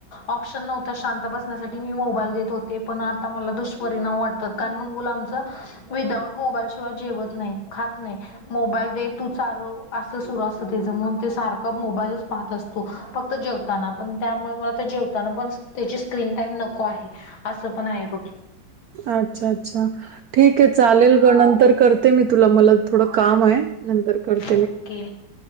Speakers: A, on the left (about 75°); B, on the right (about 75°).
A: ऑप्शन नव्हत शांत बसण्यासाठी मी मोबाईल देत होते. ते पण आता मला दुष्परिणाम वाटतात कारण मुलं आमच विदाउट मोबाईलशिवाय जेवत नाही. खात नाही. मोबाईल दे तू चाार असं सुरू असत त्याच म्हणून ते सारखं मोबाईलच पाहत असत. फक्त जेवताना पण त्यामुळे मला तर जेवताना पण त्याची स्क्रीन टाइम नको आहे. अस असं पण आहे बघ.
B: अच्छा अच्छा ठीक आहे चालेल ग नंतर करते मी तुला मला थोडं काम आहे. नंतर करत.
A: ओके.